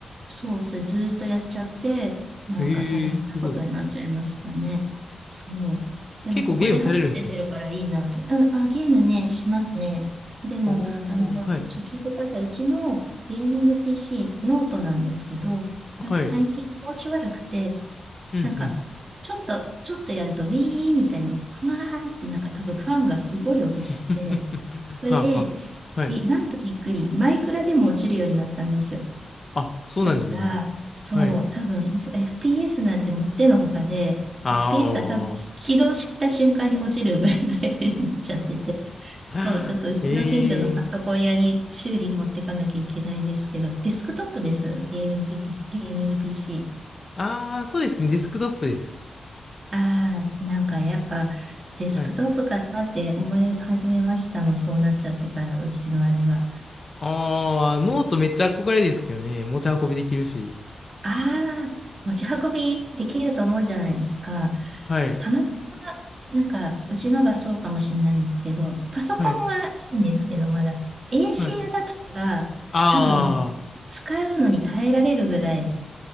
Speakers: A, on the right (about 35°); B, on the left (about 25°).
A: そう、それずーっとやっちゃって、なんか大変なことになっちゃいましたね。
B: ええすごい。
A: そう。でも、
B: 結構ゲームされるんですね。
A: ここで話せてるからいいなと。うん、あ、ゲームね、しますね。でも、
B: おー、
A: あの、
B: はい。
A: ちょ、聞いてください。うちのゲーミング PC、ノートなんですけど、
B: はい。
A: なんか最近調子悪くて、
B: うん、
A: なんか、
B: うん。
A: ちょっと、ちょっとやると、ウィーみたいな、ふわーって、なんか多分ファンがすごい音して、
B: <laughs>
A: それで、
B: はあ、はあ。はい。
A: びなんとびっくり、マイクラでも落ちるようになったんですよ。
B: あ、そうなんですね。
A: だから、そう、
B: はい。
A: 多分 FPS なんてもってのほかで、
B: ああ。
A: FPS は多分起動した瞬間に落ちるぐらいのレベルになっちゃってて、
B: <laughs>
A: そう、ちょっとうちの近所のパソコン屋に修理持ってかなきゃいけないんですけど、
B: ええー。
A: デスクトップです、ゲーム PC ゲーミング PC。
B: ああ、そうですね。デスクトップです。
A: ああ、なんかやっぱデスクトップかなって思い始めましたもん、
B: はい。
A: そうなっちゃってから、うちのあれが。
B: ああ、ノートめっちゃ憧れですけどね。持ち運びできるし。
A: ああ、持ち運びできると思うじゃないですか。
B: はい。
A: たまたま、なんか、うちのがそうかもしれないんですけど、パソコンはいいんですけど、
B: はい。
A: まだ AC
B: はい。
A: アダプトが多分
B: ああ。
A: 使うのに耐えられるぐらい